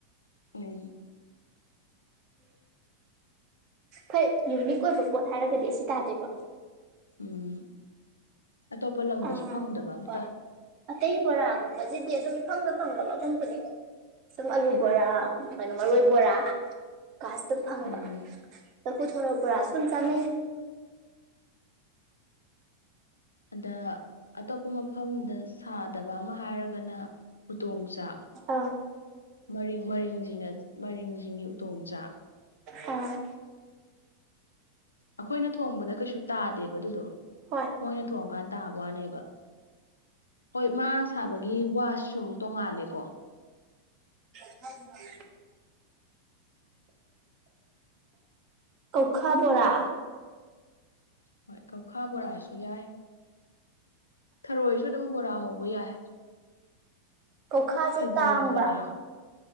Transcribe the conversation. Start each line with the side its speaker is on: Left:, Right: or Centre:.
Left: ꯎꯝ
Right: ꯍꯣꯏ ꯌꯨꯅꯤꯛ ꯑꯣꯏꯕ ꯄꯣꯠ ꯍꯥꯏꯔꯒꯗꯤ ꯑꯁꯤ ꯇꯥꯗꯣꯏꯕ
Left: ꯎꯝ ꯑꯇꯣꯞꯄ ꯂꯝꯗꯁꯨ
Right: ꯑꯥ
Left: ꯐꯪꯗꯕ ꯑꯝꯇ
Right: ꯍꯣꯏ ꯑꯇꯩ ꯕꯣꯔꯥꯒꯨꯝꯕꯁꯤꯗꯤ ꯑꯗꯨꯝ ꯏꯐꯪꯗ ꯐꯪꯕ ꯃꯐꯝ ꯈꯨꯗꯤꯡ ꯑꯂꯨ ꯕꯣꯔꯥ ꯃꯔꯣꯏ ꯕꯣꯔꯥ ꯀꯥꯁꯇꯨ ꯐꯪꯕ
Left: ꯎꯝ
Right: ꯂꯐꯨ ꯊꯣꯔꯛ ꯕꯣꯔꯥꯁꯨ ꯑꯗꯨꯝ ꯆꯥꯅꯩ
Left: ꯑꯗ ꯑꯇꯣꯞꯄ ꯃꯐꯝꯗ ꯁꯥꯗꯕ ꯑꯃ ꯍꯥꯏꯔꯒꯅ ꯎꯗꯣꯡ ꯆꯥꯛ
Right: ꯑꯥ
Left: ꯃꯔꯤꯡ ꯃꯔꯤꯡꯁꯤꯅ ꯃꯔꯤꯡꯁꯤꯡꯒꯤ ꯎꯇꯣꯡ ꯆꯥꯛ
Right: ꯑꯥ
Left: ꯑꯩꯈꯣꯏꯅ ꯊꯣꯡꯕꯗ ꯀꯩꯁꯨ ꯇꯥꯗꯦꯕ ꯑꯗꯨꯗꯣ
Right: ꯍꯣꯏ
Left: ꯃꯣꯏꯅ ꯊꯣꯡꯀꯥꯟꯗ ꯇꯥꯕ ꯋꯥꯅꯦꯕ ꯍꯣꯏ ꯃꯥ ꯁꯥꯕꯒꯤ ꯋꯥꯁꯤꯁꯨ ꯑꯃꯨꯛ ꯇꯣꯡꯉꯥꯜꯂꯦꯀꯣ
Right: <unintelligible> ꯀꯧꯈꯥ ꯕꫭꯔꯥ
Left: ꯍꯣꯏ ꯀꯧꯈꯥ ꯕꯣꯔꯥꯁꯨ ꯌꯥꯏ ꯊꯔꯣꯏꯁꯨ ꯑꯗꯨꯝ ꯕꯣꯔꯥ ꯍꯧꯕ ꯌꯥꯏ
Right: ꯈꯨꯈꯥꯁꯦ
Left: ꯈꯖꯤꯡ
Right: ꯇꯥꯡꯕ
Left: ꯕꯣꯔꯥ